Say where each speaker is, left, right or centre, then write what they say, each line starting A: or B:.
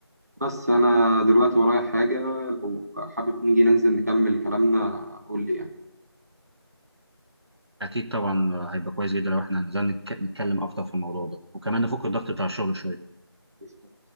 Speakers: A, on the right; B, on the right.
A: بس انا دلوقتي ورايا حاجه لو حابب نيجي ننزل نكمل كلامنا قول لي
B: اكيد طبعا هيبقى كويس جدا لو احنا نزلنا نتك- نتكلم اكتر في الموضوع ده وكمان نفك الضغط بتاع الشغل شويه
A: يعني